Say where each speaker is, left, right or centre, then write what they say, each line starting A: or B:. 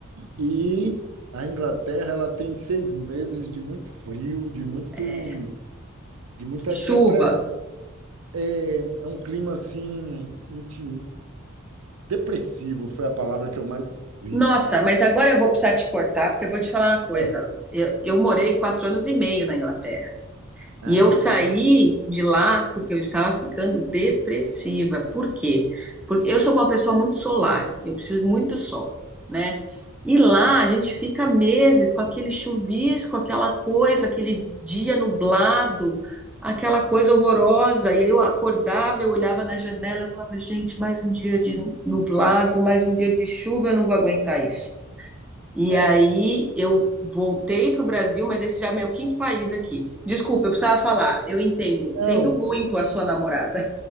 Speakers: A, on the right; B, in the centre.
A: E a Inglaterra, ela tem seis meses de muito frio, de muito,
B: É.
A: de muita
B: Chuva.
A: depressão. É, é um clima assim, intim- depressivo foi a palavra que eu mais vi.
B: Nossa, mas agora eu vou precisar te cortar, porque eu vou te falar uma coisa.
A: <laughs>
B: Eu, eu morei quatro anos e meio na Inglaterra.
A: Ah,
B: E eu saí de lá porque eu estava ficando depressiva. Por quê? Porque eu sou uma pessoa muito solar, eu preciso muito do sol, né? E lá
A: certo.
B: a gente fica meses com aquele chuvisco, aquela coisa, aquele dia nublado, aquela coisa horrorosa. E aí eu acordava, eu olhava na janela, e falava, gente, mais um dia de nublado, mais um dia de chuva, eu não vou aguentar isso. E
A: é.
B: aí eu voltei para o Brasil, mas esse já é meu quinto país aqui. Desculpa, eu precisava falar. Eu entendo, entendo
A: Não,
B: muito a sua namorada.